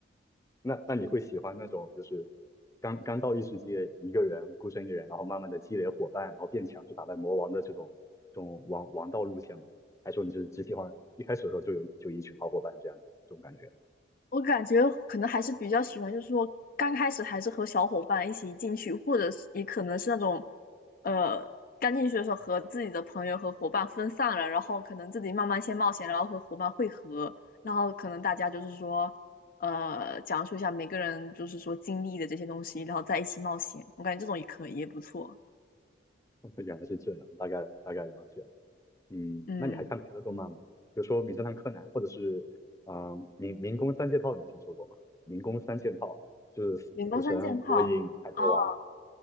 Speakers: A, on the left; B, on the left.
A: 那那你会喜欢那种就是刚刚到异世界一个人孤身一人，然后慢慢的积累伙伴，然后变强去打败魔王的这种这种王王道路线吗？还是说你就是只喜欢一开始的时候就有就一群好伙伴这样这种感觉？
B: 我感觉可能还是比较喜欢，就是说刚开始还是和小伙伴一起进去，或者是也可能是那种，呃，刚进去的时候和自己的朋友和伙伴分散了，然后可能自己慢慢先冒险，然后和伙伴汇合，然后可能大家就是说，呃，讲述一下每个人就是说经历的这些东西，然后在一起冒险。我感觉这种也可以，也不错。
A: <laughs> 原来是这样，大概大概了解了嗯，
B: 嗯，
A: 那你还看别的动漫吗？比如说《名侦探柯南》，或者是嗯、呃民民工三件套》，你听说过吗？民工三件套就是死死神、
B: 员工三件套。
A: 火影、海贼王、
B: 哦